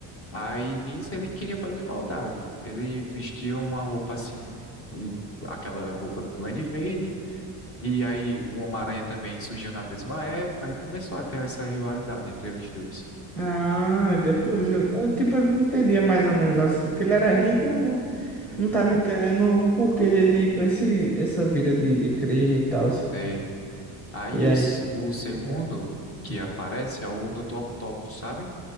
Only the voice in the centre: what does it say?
Ah, depois eu, eu, tipo, eu não entendia mais ou menos assim, porque ele era rico e eu não,
não tava entendendo o porquê dele ir pra esse, essa vida de, de crime e tal.
E aí,
eu não